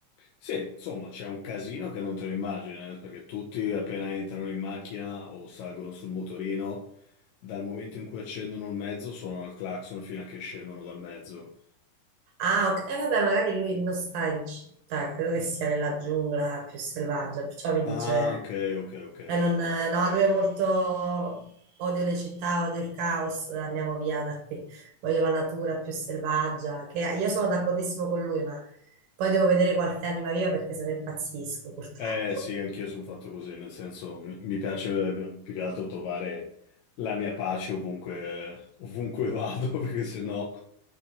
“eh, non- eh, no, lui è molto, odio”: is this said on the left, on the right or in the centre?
Right